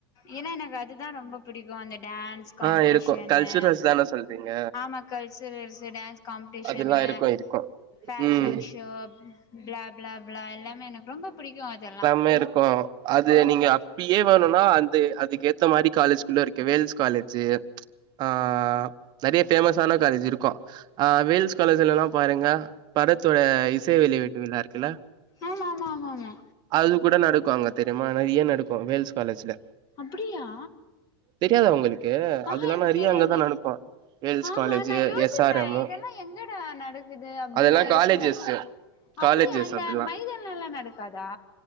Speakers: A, on the left; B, on the right.
A: எனா எனக்கு அதுதா ரொம்ப புடிக்கு அந்த டேன் ஸ் காம்படிஷனு
B: ஆ இருக்கு கல்ச்சுரல்ஸ் தான சொல்றீங்க
A: ஆமா கல்சுரல்சு டேன்ஸ் காம்படிஷனு
B: அதெல்லா இருக்கு இருக்கு
A: ஃபேஷன்
B: ம்
A: ஷோ ப்லா ப்லா ப்லா எல்லாமே எனக் ரொம்ப புடிக்கு அதெல்லா
B: மே இருக்கு அது நீங்க அப்பியே வேணுன்னா அந்த அதுக்குகேத் இந்த மாரி காலேஜ்குள்ள இருக்கு வேல்ஸ் காலேஜ்சு ஆ நெறைய ஃபேமஸ் ஆன காலேஜ் இருக்கு ஆ வேல்ஸ் காலேஜ்லெல்லா பாருங்க படத்தோட இசை வெளிவீட்டு விழா இருக்குல்ல
A: ஆமா ஆமா ஆமா ஆமா
B: அது கூட நடக்கு அங்க தெரிமா நெறைய நடக்கு வேல்ஸ் காலேஜ்ல
A: அப்பிடியா
B: தெரியாதா உங்களுக்கு
A: ஆஹ
B: அதெல்லா
A: எனக்
B: நெறைய
A: தெரியாது
B: அங்கதா நடக்கு வேல்ஸ்
A: ஆஹ
B: காலேஜு
A: நா யோசிப்பே
B: எஸ் ஆர் எம்மு
A: இதெல்லா எங்கடா நடக்குது அப்டின்
B: அதெல்லா
A: நா யோசிப்ப
B: காலேஜஸ்ஸு காலேஜஸ்
A: அப்பிடியா இந்த
B: அதெல்லா
A: மைதல்லால்லா நடக்காதா